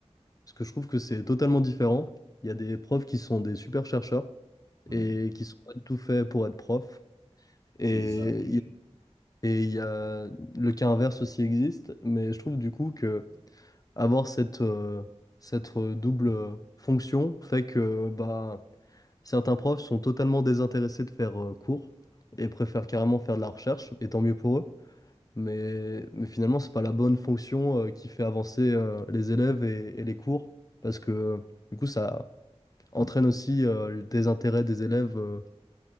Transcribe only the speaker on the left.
parce que je trouve que c'est totalement différent. Il y a des profs qui sont des super chercheurs
et qui sont pas du tout faits pour être profs. Et
il y et il y a le cas inverse aussi existe, mais je trouve du coup que avoir cette, euh, cette euh, double euh, fonction fait que bah, certains profs sont totalement désintéressés de faire euh, cours et préfèrent carrément faire de la recherche, et tant mieux pour eux. Mais, mais finalement, c'est pas la bonne fonction euh, qui fait avancer euh, les élèves et, et les cours, parce que euh, du coup, ça entraîne aussi euh, le désintérêt des élèves euh,